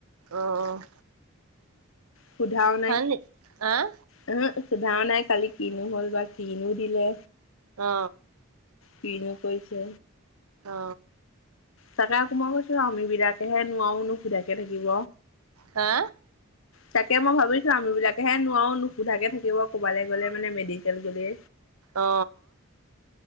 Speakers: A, on the right (about 85°); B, on the left (about 70°).
A: অঁ।
B: সুধাও নাই।
A: নি আহ
B: উম হ সুধাও নাই কালি কিনো হ'ল বা কিনো দিলে।
A: অ।
B: কিনো কৈছে।
A: অ।
B: তাকে আকৌ মই কৈছো আমি বিলাকেহে নোৱাৰো সোধাকে থাকিব।
A: হা।
B: তাকে মই ভাবিছোঁ আমি বিলাকে হে নোৱাৰো নুসোধাকে থাকিব ক'বালৈ গ'লে মানে মেডিকেল গ'লে।
A: অ।